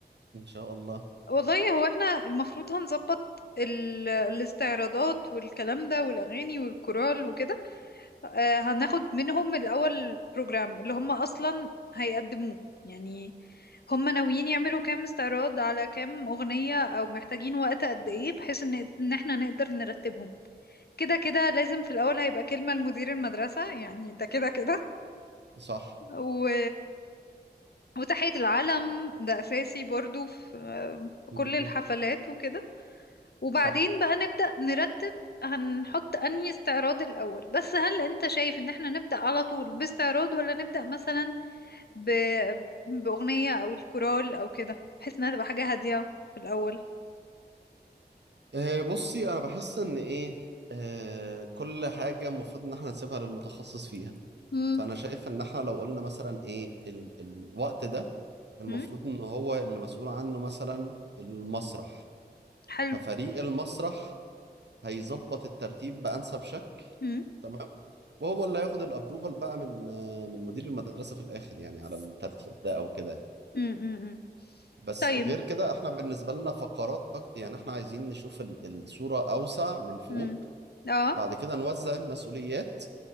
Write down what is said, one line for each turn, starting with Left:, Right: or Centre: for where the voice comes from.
Right: ان شاء الله
Left: والله هو احنا المفروض هنظبط ال... الاستعراضات والكلام ده والاغاني والكورال وكده آه هناخد منهم الاول بروجرام اللي هم اصلا هيقدموه يعني هم ناويين يعملوا كام استعراض على كام اغنية او محتاجين وقت قد ايه بحيث ان ان احنا نقدر نرتبهم كده كده لازم في الأول هيبقى كلمة لمدير المدرسة يعني ده كده كده
Right: صح
Left: و... وتحية العلم ده أساسي برضو في آه، في
Right: مم.
Left: كل الحفلات وكده وبعدين
Right: صح
Left: بقى نبدأ نرتب هنحط أنهي استعراض الأول بس هل أنت شايف إن احنا نبدأ على طول باستعراض ولا نبدأ مثلا ب... بأغنية أو الكورال أو كده بحيث إنها تبقى حاجة هادية في الأول
Right: أه بصي انا بحس ان ايه أه كل حاجه المفروض ان احنا نسيبها للمتخصص فيها
Left: مم.
Right: فانا شايف ان احنا لو قلنا مثلا ايه ال الوقت ده المفروض
Left: مم.
Right: ان هو اللي مسؤول عنه مثلا المسرح
Left: حلو
Right: ففريق المسرح هيظبط الترتيب بانسب شكل
Left: مم.
Right: تمام وهو اللي هياخد الابروفال بقى من آه، من مدير المدرسه في الاخر يعني على الترتيب ده او كده يعني
Left: مم. مم. مم.
Right: بس
Left: طيب
Right: غير كده احنا بالنسبة لنا فقرات أكتر يعني احنا عايزين نشوف ال- الصورة أوسع من فوق
Left: مم. اه
Right: بعد كده نوزع المسؤوليات